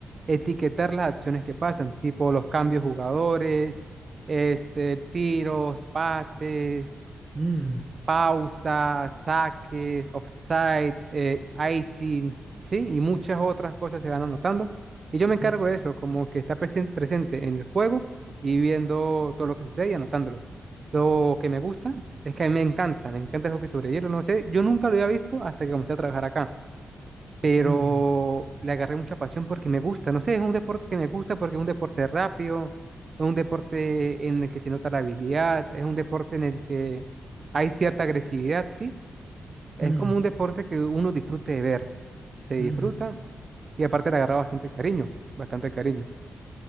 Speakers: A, on the right; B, on the right.
A: etiquetar las acciones que pasan, tipo los cambios de jugadores, este, tiros, pases,
B: mm,
A: pausas, saques, offside, eh, icing, ¿sí? Y muchas otras cosas se van anotando. Y yo me encargo
B: mm,
A: de eso, como que está presen- presente en el juego y viendo todo lo que sucede y anotándolo. Lo que me gusta es que a mí me encanta, me encanta el hockey sobre hielo, no sé, yo nunca lo había visto hasta que comencé a trabajar acá pero
B: mm,
A: le agarré mucha pasión porque me gusta, no sé, es un deporte que me gusta porque es un deporte rápido, es un deporte en el que se nota la habilidad, es un deporte en el que hay cierta agresividad, ¿sí? Es
B: mm,
A: como un deporte que uno disfrute de ver, se disfruta
B: mm.
A: y aparte le agarra bastante cariño, bastante cariño.